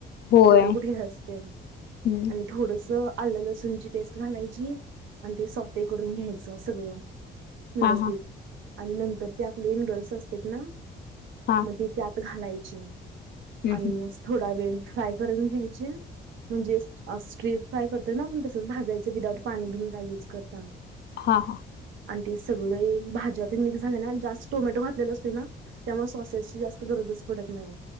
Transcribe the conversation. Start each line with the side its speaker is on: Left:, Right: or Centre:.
Left: होय
Right: एवढं कुठं हे असतंय
Left: हम्म
Right: आणि थोडस आलं लसूणची पेस्ट घालायची. आणि ते सोफे करून घ्यायचं सगळं. व्यवस्थित
Left: हा हा
Right: आणि नंतर ते आपले नूडल्स असतेत ना?
Left: हां.
Right: मग ते त्यात घालायचे आणि
Left: हम्म
Right: थोडा वेळ फ्राय करून घ्यायचे. म्हणजे स्ट्री फ्राय करतोय ना आपण तसंच भाजायचं विदाऊट पाणी बिनी काय युज करता.
Left: हा हा.
Right: आणि ते सगळे भाज्यातून मिक्स झाले ना जास्त टोमॅटो घातलेला असतोय ना. त्यामुळं सॉसेसची जास्त गरजच पडत नाही.